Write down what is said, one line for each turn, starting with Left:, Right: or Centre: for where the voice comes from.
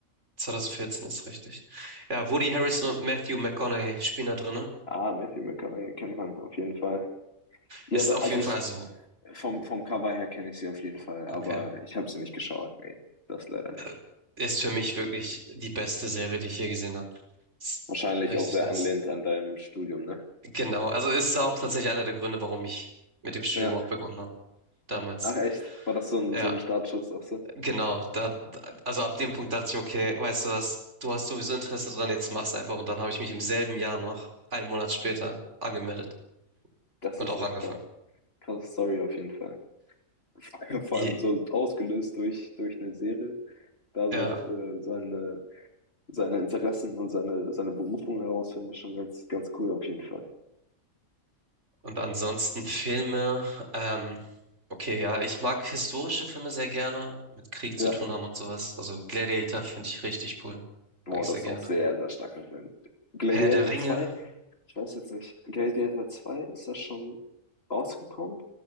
Right: 2014 ist richtig. Ja, Woody Harrelson und Matthew McConaughey spielen da drin.
Left: ah, Matthew McConaughey kennt man auf jeden Fall. Ja,
Right: Ist
Left: doch,
Right: auf
Left: also
Right: jeden
Left: ich
Right: Fall, also,
Left: vom, vom Cover her kenne ich sie auf jeden Fall, aber
Right: okay.
Left: ich habe sie nicht geschaut. Nee, das leider
Right: Äh,
Left: nicht.
Right: Ist für mich wirklich die beste Serie, die ich je gesehen habe. Ist
Left: Wahrscheinlich
Right: richtig
Left: auch sehr
Right: nice.
Left: anlehnt an deinem Studium, ne?
Right: Genau, also ist auch tatsächlich einer der Gründe, warum ich mit dem Studium
Left: Ja.
Right: auch begonnen habe, damals.
Left: Ach echt? War das so ein,
Right: Ja.
Left: so ein Startschuss, sagst du?
Right: Genau, da, also ab dem Punkt dachte ich, okay, weißt du was, du hast sowieso Interesse dran, jetzt mach's einfach. Und dann habe ich mich im selben Jahr noch, einen Monat später, angemeldet
Left: Das
Right: und
Left: ist
Right: auch
Left: echt
Right: angefangen.
Left: krass. Krasse Story auf jeden Fall. <laughs> Vor
Right: I-
Left: allem so ausgelöst durch, durch eine Serie, da
Right: Ja,
Left: so äh, seine, seine Interessen und seine, seine Berufung herausfinden, ist schon ganz, ganz cool auf jeden Fall.
Right: und ansonsten Filme, ähm, okay, ja, ich mag historische Filme sehr gerne, mit Krieg
Left: Ja,
Right: zu tun haben und sowas. Also Gladiator finde ich richtig cool,
Left: boah,
Right: mag ich
Left: das
Right: sehr
Left: ist
Right: gerne.
Left: auch sehr, sehr starker Film. Gladiator
Right: Herr der Ringe,
Left: zwei, ich weiß jetzt nicht, Gladiator zwei ist das schon rausgekommen?